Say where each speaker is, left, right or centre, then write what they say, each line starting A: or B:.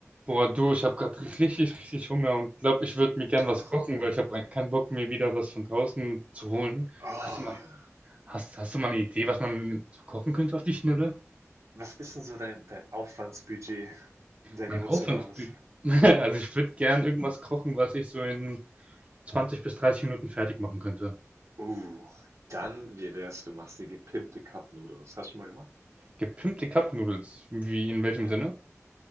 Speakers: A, on the right; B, on the right.
A: Boah, du, ich habe gerade <laughs> richtig, richtig Hunger und glaube, ich würde mir gern was
B: Aha.
A: kochen, weil ich habe keinen Bock, mir wieder was von draußen zu holen.
B: Oh
A: Hast du mal,
B: ja.
A: hast, hast du mal
B: Hm.
A: eine Idee, was man so kochen könnte auf die Schnelle?
B: Was ist denn so dein, dein Aufwandsbudget, dein
A: Man
B: emotionales?
A: Hoffnungsbü. <laughs> Also ich würde gern irgendwas kochen, was ich so in 20 bis 30 Minuten fertig machen könnte.
B: Uh, dann, wie wär's, du machst dir gepimpte Cup Noodles. Hast du schon mal gemacht?
A: Gepimpte Cup Noodles. Wie, in welchem
B: Ja.
A: Sinne?